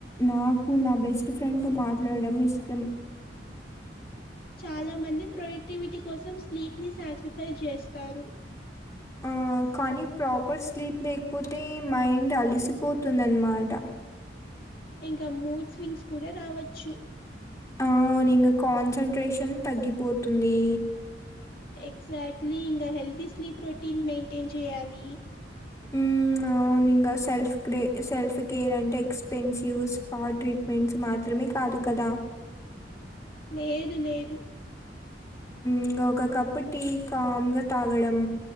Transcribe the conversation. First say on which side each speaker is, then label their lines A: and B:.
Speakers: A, on the left; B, on the left.
A: నాకు నా బెస్ట్ ఫ్రెండ్తో మాట్లాడడం ఇష్టం
B: చాలా మంది ప్రొడక్టివిటీ కోసం స్లీప్ ని సాక్రిఫైస్ చేస్తారు
A: ఆ! కానీ ప్రాపర్ స్లీప్ లేకపోతే మైండ్ అలిసిపోతుందానమాట.
B: ఇంకా మూడ్ స్వింగ్స్ కూడా రావచ్చు.
A: అవును ఇంకా కాన్సన్ంట్రేషన్ తగ్గిపోతుంది.
B: ఎగ్జాక్ట్లీ ఇంకా హెల్తీ స్లీప్ రోటీన్ మెయింటైన్ చేయాలి.
A: ఉమ్ ఆహ్ అవును ఇంకా సెల్ఫ్ సెల్ఫ్ కేర్ అంటే ఎక్స్పెన్సివ్ స్పా ట్రీట్మెంట్స్ మాత్రమే. కాదు కదా.
B: లేదు లేదు.
A: ఇంకా ఒక కప్పు టీ కామ్ గా తాగడం